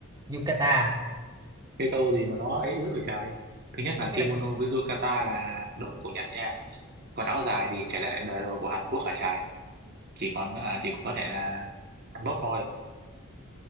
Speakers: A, on the right (about 20°); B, on the right (about 45°).
A: yukata
B: cái câu gì mà nó ấy dữ vậy trời thứ nhất là
A: Thì cái
B: kimono
A: này
B: với yukata là đồ của Nhật nha còn áo dài thì chả lẽ lại là đồ của Hàn Quốc hả trời chỉ còn à, chỉ có thể là Hàn Quốc thôi